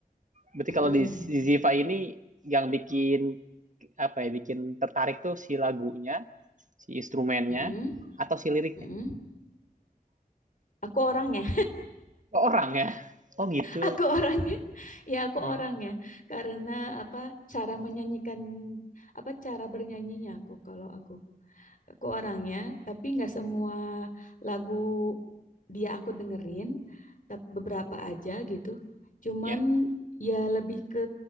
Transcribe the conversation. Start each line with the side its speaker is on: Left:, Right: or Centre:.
Right: Berarti
Left: Mm-mm.
Right: kalau di si Ziva ini yang bikin apa ya, bikin tertarik tuh si lagunya, si instrumennya
Left: Mm-mm.
Right: atau si liriknya?
Left: Mm-mm. Aku orangnya
Right: Oh, orang ya. Oh gitu.
Left: aku orangnya ya aku
Right: Iya.
Left: orangnya karena apa cara menyanyikan apa cara bernyanyinya aku kalau aku aku orangnya tapi nggak semua lagu dia aku dengerin tapi beberapa aja gitu cuman
Right: Ya.
Left: ya lebih ke